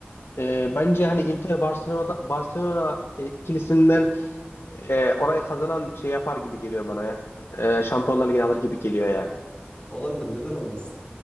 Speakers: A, on the left; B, on the left.
A: e, bence hani Inter Barcelona Barcelona e, ikilisinden e, orayı kazanan şey yapar gibi geliyor bana ya. E, Şampiyonlar Ligi'ni alır gibi geliyor yani.
B: Olabilir neden olmasın?